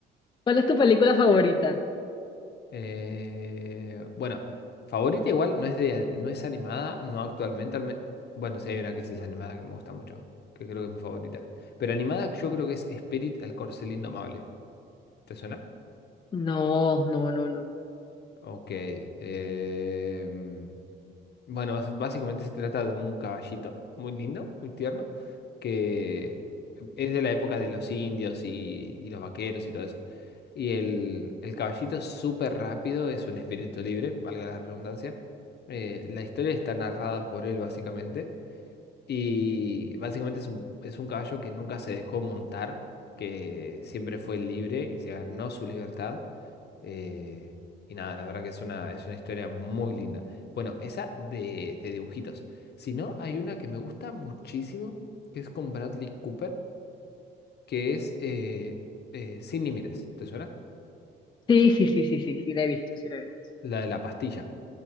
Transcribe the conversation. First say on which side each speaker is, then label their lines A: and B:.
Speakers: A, on the left; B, on the left.
A: ¿Cuál es tu película favorita?
B: Eh, bueno, favorita igual no es de, no es animada, no actualmente. al me- Bueno, sí hay una que sí es animada que me gusta mucho, que creo que es mi favorita. Pero animada yo creo que es Spirit, el corcel indomable. ¿Te suena?
A: No, no, no, no.
B: Ok. em, Bueno, bas- básicamente se trata de un caballito muy lindo, muy tierno, que es de la época de los indios y, y los vaqueros y todo eso. Y el, el caballito es súper rápido, es un espíritu libre, valga la redundancia. Eh, la historia está narrada por él, básicamente. Y básicamente es un, es un caballo que nunca se dejó montar, que siempre fue libre y se ganó su libertad. Eh, y nada, la verdad que es una, es una historia muy linda. Bueno, esa de, de dibujitos. Si no, hay una que me gusta muchísimo, que es con Bradley Cooper, que es eh, eh, Sin Límites. ¿Te suena?
A: Sí, sí, sí, sí, sí, sí, la he visto, sí, la he visto.
B: La de la pastilla.